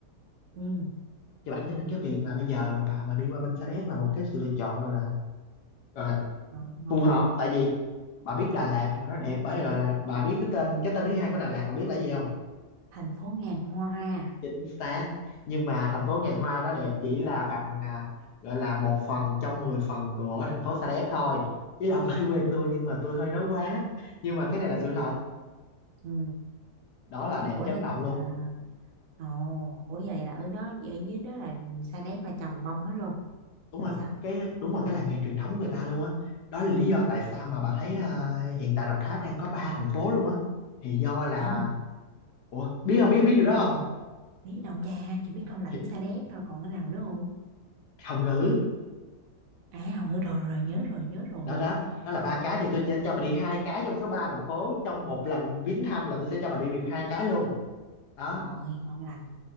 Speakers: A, on the right; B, on the left.
A: Ừ,
B: chụp ảnh cho nên cái việc mà bây giờ mà bà mà đi qua bên Sa Đéc là một cái sự lựa chọn gọi là gọi là
A: rồi ngon
B: phù hợp
A: lành.
B: tại vì bà biết Đà Lạt là nó đẹp bởi vì gọi là bà biết cái tên cái tên thứ hai của Đà Lạt bà biết là gì không
A: Thành phố ngàn hoa.
B: chính xác nhưng mà thành phố ngàn hoa đó đẹp chỉ là bằng à, gọi là một phần trong 10 phần của thành phố Sa Đéc thôi ý là không phải
A: Trời.
B: quê tôi nhưng mà tôi hơi nói quá nhưng mà cái này là
A: Ừ.
B: sự thật
A: Ừ.
B: đó là đẹp
A: Ủa
B: chấn
A: là
B: động
A: nhà...
B: luôn
A: Ồ, ủa vậy là ở đó ở dưới đó là sa đéc là trồng bông hết luôn
B: đúng
A: hay
B: rồi
A: sao?
B: cái đúng rồi cái làng nghề truyền thống của người ta luôn á đó là lý do tại sao mà bà thấy à, hiện tại Đồng Tháp đang có ba thành phố luôn á thì do là
A: Ồ,
B: ủa biết không biết biết gì đó không
A: biết đâu cha, chỉ biết cao lãnh
B: thì
A: sa đéc rồi còn cái nào nữa
B: Hồng Ngự
A: À không hiểu rồi, rồi rồi, nhớ rồi nhớ rồi
B: đó đó đó là ba
A: quên
B: cái thì tôi
A: quên
B: sẽ cho
A: quên
B: bà đi hai cái trong số ba thành phố trong một lần viếng thăm là tôi sẽ cho bà đi được hai cái luôn đó
A: Rồi ngon lành